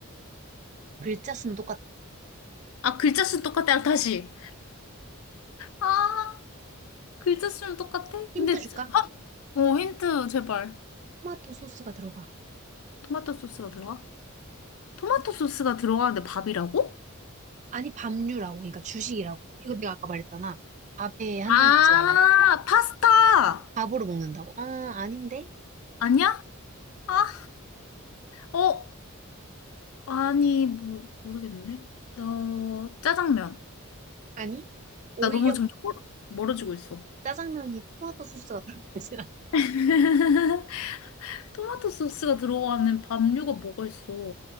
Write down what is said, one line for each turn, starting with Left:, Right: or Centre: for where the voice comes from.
Right: 글자 수는 똑같.
Left: 아, 글자 수는 똑같아. 다시. 아, 글자 수는 똑같아?
Right: 힌트
Left: 근데,
Right: 줄까?
Left: 저- 아, 어, 힌트 제발.
Right: 토마토 소스가 들어가.
Left: 토마토 소스가 들어가? 토마토 소스가 들어가는데 밥이라고?
Right: 아니, 밥류라고. 그러니까 주식이라고. 이거 내가 아까 말했잖아. 밥에 한정
Left: 아,
Right: 짓지 말라고.
Left: 파스타!
Right: 밥으로 먹는다고. 어, 아닌데?
Left: 아니야? 아, 어, 아니, 모, 모르겠는데. 어, 짜장면.
Right: 아니? 오히려
Left: 나 너무 점점 멀- 멀어지고 있어.
Right: 짜장면이 토마토 소스가 들어가지 않아.
Left: <laughs> 토마토 소스가 들어가는 밥류가 뭐가 있어?